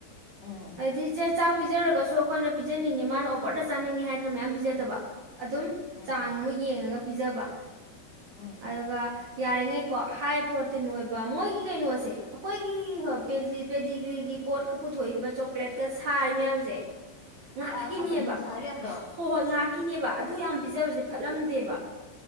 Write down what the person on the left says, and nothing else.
ꯎꯝ
ꯎꯝ
ꯎꯝ
ꯑ ꯀꯝꯄꯅꯤꯅ ꯁꯥ ꯃꯌꯥꯝꯗꯣ